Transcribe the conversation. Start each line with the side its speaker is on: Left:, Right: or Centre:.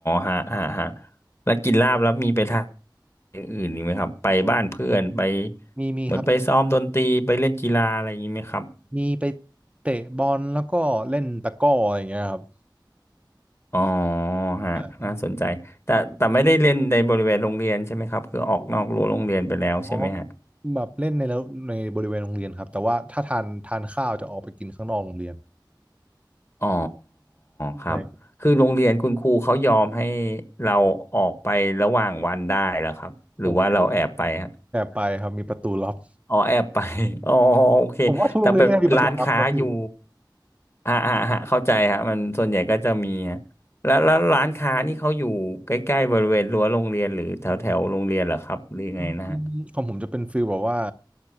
Left: ฮะฮะฮะแล้วกินลาบแล้วมีไปทำอย่างอื่นอีกไหมครับไปบ้านเพื่อนไป
Right: มีมีครับ
Left: เหมือนไปซ้อมดนตรีไปเล่นกีฬาอะไรอย่างนี้ไหมครับ
Right: มีไปเตะบอลแล้วก็เล่นตะกร้ออะไรอย่างเงี้ยครับ
Left: อ๋อฮะน่าสนใจแต่แต่ไม่ได้เล่นในบริเวณโรงเรียนใช่ไหมครับคือออกนอกรั้วโรงเรียนไปแล้วใช่ไหมฮะ
Right: อ่าเพราะแบบเล่นในแล้วในบริเวณโรงเรียนครับแต่ว่าถ้าทานทานข้าวจะออกไปกินข้างนอกโรงเรียน
Left: อ๋อครับคือโรงเรียนคุณครูเขายอมให้
Right: ใช่
Left: เราออกไประหว่างวันได้แล้วครับหรือว่าเราแอบไปฮะ
Right: ผมแอบไปครับมีประตูลับ
Left: อ๋อแอบไป <laughs> อ๋อโอเคแต่เป็นร้านค้าอยู่
Right: ผมว่าทุกโรงเรียนน่าจะมีประตูลับเนอะพี่
Left: อ่าอ่าอ่าเข้าใจฮะมันส่วนใหญ่ก็จะมีฮะแล้วแล้วร้านค้านี่เขาอยู่ใกล้ๆบริเวณรั้วโรงเรียนหรือแถวแถวโรงเรียนเหรอครับหรือยังไงนะฮะ
Right: อืมของผมจะเป็นฟิลแบบว่า